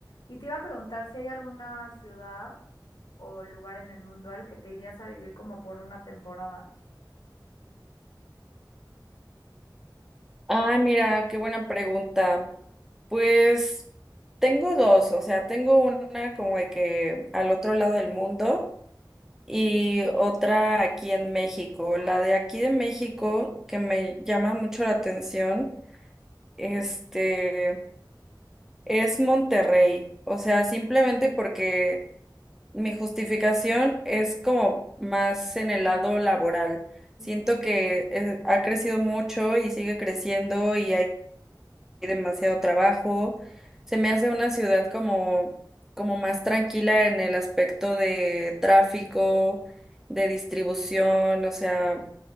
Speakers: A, on the left; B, in the centre.
A: Y te iba a preguntar si hay alguna ciudad o lugar en el mundo al que te irías a vivir como por una temporada.
B: Ah, mira, qué buena pregunta. Pues tengo dos, o sea, tengo una como de que al otro lado del mundo y otra aquí en México. La de aquí de México, que me llama mucho la atención, este, es Monterrey. O sea, simplemente porque Mi justificación es como más en el lado laboral.
A: Ujú.
B: Siento que eh, ha crecido mucho y sigue creciendo y hay demasiado trabajo. Se me hace una ciudad como, como más tranquila en el aspecto de tráfico, de distribución. O sea,